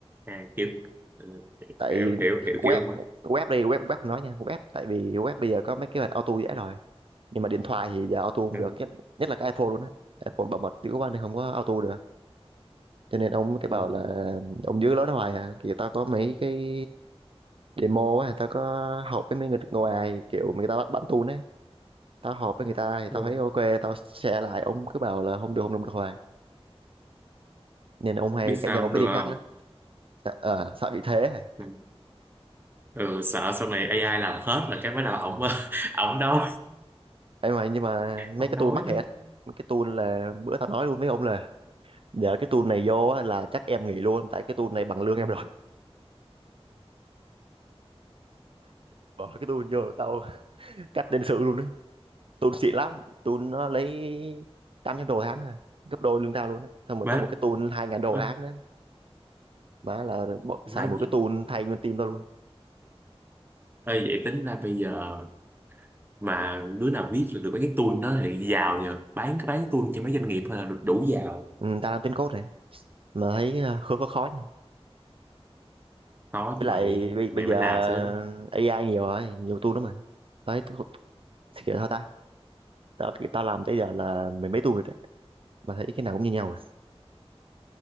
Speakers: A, on the right (about 20°); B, on the right (about 60°).
A: à, kiểu ừ,
B: tại
A: hiểu hiểu hiểu
B: web
A: kiểu mình
B: web đi web web không nói nha web tại vì web bây giờ có mấy cái bản auto dễ rồi nhưng mà điện thoại thì giờ auto không
A: ừ,
B: được nhất nhất là cái iPhone luôn á iPhone bảo mật dữ quá nên không có auto được cho nên ông mới cái
A: ừ,
B: bảo là ông giữ lối đó hoài à kiểu tao có mấy cái demo á tao có họp với mấy người ngoài kiểu người ta bắt bắn tun ấy tao họp với người ta thì
A: ừ.
B: tao thấy ok tao share lại ông cứ bảo là không được không được không được hoài nên ông hay
A: biết
B: cãi
A: sao
B: nhau
A: không
B: với
A: được
B: team
A: không
B: khác lắm sợ, ờ, sợ bị thế hả?
A: ừ, Ừ, sợ sau này AI làm hết là cái bắt đầu ổng
B: ừ.
A: <laughs> ổng đâu
B: ấy mà nhưng mà mấy
A: không
B: cái
A: đói
B: tool mắc
A: nữa
B: hết Mấy cái tool là bữa tao nói luôn với ông là để cái tool này vô á, là chắc em nghỉ luôn tại cái tool này bằng lương em rồi <laughs> bỏ cái tool vô là tao <laughs> cắt nhân sự luôn đấy tool xịn lắm tool nó lấy 800 đô tháng à gấp đôi lương tao luôn đấy xong rồi
A: má
B: có một cái tool 2.000 đô
A: ơi,
B: tháng nữa mà là bỏ-
A: má
B: xài một
A: vậy
B: cái tool thay nguyên team tao luôn
A: ơi vậy tính ra bây giờ mà đứa nào viết được, được mấy cái tool đó thì giàu nhờ bán cái bán cái tool cho mấy doanh nghiệp thôi là được đủ giàu
B: ừ, tao đang tính code này mà thấy ờ, khó khó khó nha
A: có
B: với
A: chứ mày
B: lại bây,
A: mày
B: bây giờ
A: phải làm sao đó
B: AI nhiều rồi nhiều tool lắm mà Tao thấy thì kiểu sao ta tao, thì tao làm tới giờ là mười mấy tuần rồi đấy mà thấy cái nào cũng như nhau rồi